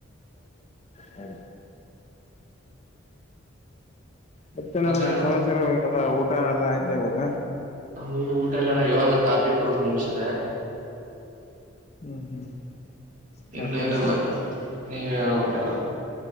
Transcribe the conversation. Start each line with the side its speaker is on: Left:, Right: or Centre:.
Left: ಹ ಮತ್ತೆನಡ್ರೆ
Right: ಮತ್ತೆ ಅಣ್ಣ
Left: ಸಮಾಚಾರೆಲ್ಲ ಊಟ ಎಲ್ಲ ಆಯ್ತಾ ಇವಾಗ
Right: ಹ ಈ ಊಟ ಎಲ್ಲಣ ಇವಾಗ ತಾಪಿ ಕೊಡುದು ಮುಗಿಸಿದೆ
Left: ಹ್ಮ್ ಹ್ಮ್ ಕಾಫಿನ
Right: ಇನ್ನೇನಲ್ಲ ನೀ ವೇಳ ಬಕ್ಕಲ್ಲ